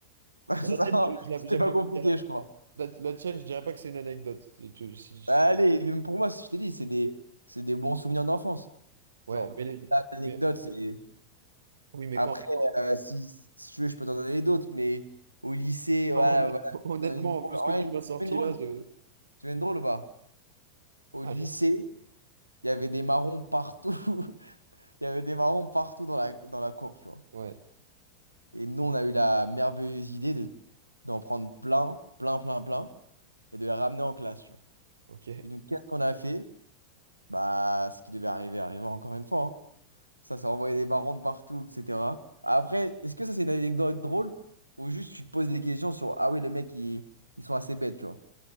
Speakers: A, on the right; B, on the right.
A: <laughs>
B: Mais
A: Ça,
B: La tienne, je- je la,
A: C'était
B: j'app-
A: pas compliqué, je crois.
B: la- la tienne, je dirais pas que c'est une anecdote. C'est- tu- si- si-
A: Bah, Allez, même pour moi, si je t'ai dit, c'est des, c'est des bons souvenirs d'enfance.
B: Ouais,
A: Genre,
B: mais, les-
A: au-delà
B: mais-
A: de l'anecdote,
B: mais-
A: c'est...
B: oui, mais
A: Après,
B: quand, quand-
A: euh, si, si tu veux, je peux t'en donner d'autres, mais au lycée, voilà,
B: quand honnêtement,
A: voilà.
B: honnêtement,
A: T'en as Une drôle.
B: vu ce que
A: Ouais,
B: tu m'as
A: tu
B: sorti
A: veux une drôle.
B: là, je...
A: Tu veux une drôle ou pas? Au
B: Allez,
A: lycée, il y avait des marrons partout. <laughs> Il y avait des marrons partout dans la, dans la cour, tu vois.
B: ouais,
A: Et nous, on a eu la merveilleuse idée de, d'en prendre plein, plein, plein, plein, et de les ramener en classe, tu vois.
B: ok.
A: Et donc, qu'est-ce qu'on a fait? Bah, ce qui devait arriver, arriva encore une fois. hein. Ça, ça envoyait des marrons de partout, etc. Après, est-ce que ça, c'est une anecdote drôle? Ou juste, tu te poses des questions sur, ah oui, les mecs, ils, ils sont assez bêtes, tu vois.